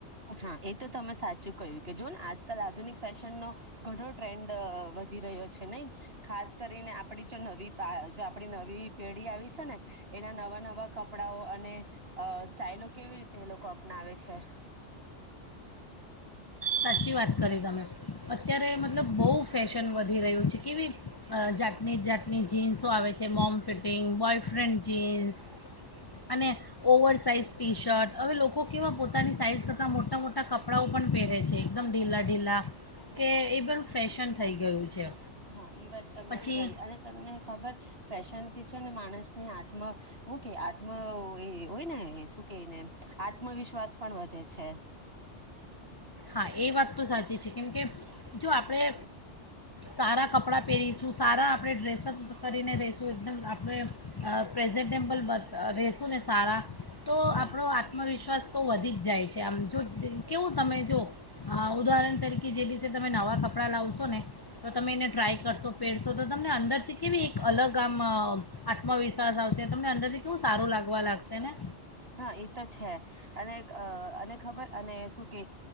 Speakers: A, on the right (about 55°); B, on the left (about 30°).
A: હા એ તો તમે સાચું કહ્યું કે જો ને આજ કાલ આધુનિક ફેશનનો ઘણો ટ્રેન્ડ વધી રહ્યો છે નહીં? ખાસ કરીને આપડી જો નવી જો આપણી નવી પેઢી આવી છે ને, એના નવા નવા કપડાઓ અને સ્ટાઈલો કેવી રીતે એ લોકો અપનાવે છે.
B: સાચી વાત કરી તમે. અત્યારે મતલબ બહુ ફેશન વધી રહ્યું છે. કેવી અ જાતની જાતની જીન્સ સો આવે છે. મોમ ફિટિંગ, બોયફ્રેન્ડ જીન્સ અને ઓવર સાઇઝ ટી શર્ટ. હવે લોકો કેવા પોતાની સાઈઝ કરતાં મોટા મોટા કપડાંઓ પણ પહેરે છે. એકદમ ઢીલા ઢીલા કે, એ પણ ફેશન થઈ ગયું છે.
A: હા, ઈ વાત તમારી
B: પછી
A: ખરી. અને તમને ખબર, ફેશનથી છે ને માણસની આ ત્મા ઓકે આત્મ એ હોય ને શું કેને, આત્મવિશ્વાસ પણ વધે છે.
B: હા, એ વાત તો સાચી છે. કેમકે, જો આપણે સારા કપડાં પહેરીશું, સારા આપણે ડ્રેસઅપ કરીને રઈશું, એકદમ આપણે પ્રેઝેન્ટટેમ્પલ બ ર રહેસું ને સારા તો
A: હમ
B: આપણો આત્મવિશ્વાસ તો વધી જ જાય છે. આમ, જો કેવું તમે જો, ઉદાહરણ તરીકે જે દિવસે તમે નવાં કપડાં લાવશો ને, તો તમે એને ટ્રાય કરશો, પહેરશો તો તમને અંદરથી કેવી એક અલગ આમ આત્મવિશ્વાસ આવશે, તમને અંદરથી કેવું સારું લાગવા લાગશે ને.
A: હા એ તો છે. અને અ અને ખબર અને શું કે